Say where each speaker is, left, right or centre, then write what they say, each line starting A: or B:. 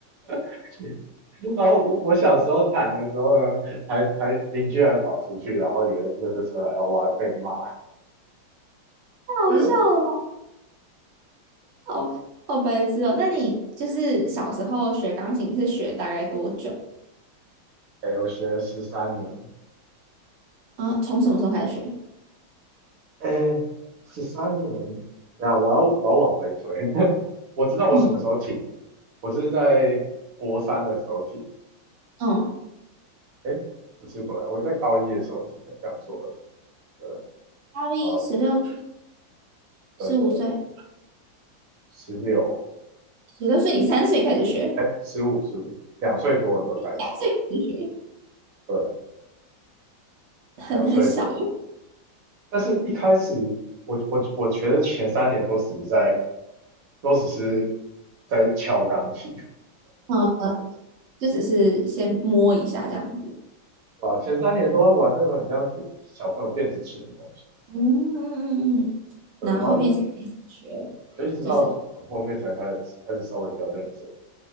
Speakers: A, on the right (about 55°); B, on the right (about 75°).
A: <laughs> 然后我我小时候弹的时候呢，还还邻居还跑出去，然后以为《乐色车》来然后我还被骂。
B: 好笑了吧，
A: <laughs>
B: 好好白痴哦！那你就是小时候学钢琴是学大概多久？
A: 哎、我学了十三年。
B: 啊，从什么时候开始学？
A: 哎，十三年，对啊，我要我要往回推，<laughs> 我知道我什么时候停的，
B: 嗯
A: 我是在国三的时候停，
B: 嗯
A: 哎，不是国三，我在高一的时候停的，讲错了，对，
B: 高一十六
A: 然后
B: 十五岁，
A: 对对对，十六，
B: 十六岁你三岁开始学，
A: 哎，十五十五，两岁多的时候开始，
B: 三岁开始学，
A: 对，
B: 很很小，
A: 两岁多，但是一开始我我我觉得前三年都只是在都只是在敲钢琴，
B: 嗯，就只是先摸一下这样子，
A: 对吧？前三年都在玩那种很像小朋友电子琴的东西。
B: 嗯嗯嗯嗯，
A: 对，
B: 然后后面才开始学，
A: 然后一对，一直到很后面才开始开始稍微比较认真。
B: 就是